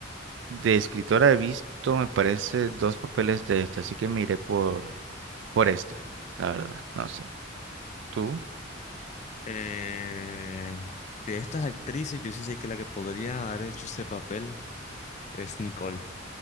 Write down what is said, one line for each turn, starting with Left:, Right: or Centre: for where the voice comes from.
Right: de escritora he visto, me parece, dos papeles de esta, así que me iré por, por esta, la verdad, no sé. ¿Tú?
Left: eh, de estas actrices, yo sí sé que la que podría haber hecho ese papel es Nicole.